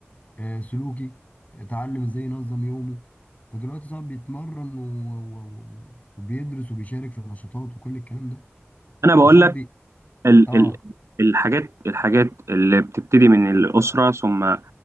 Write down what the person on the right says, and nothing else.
انا بقول
لك ال
ال الحاجات الحاجات اللي بتبتدي من الأسرة ثم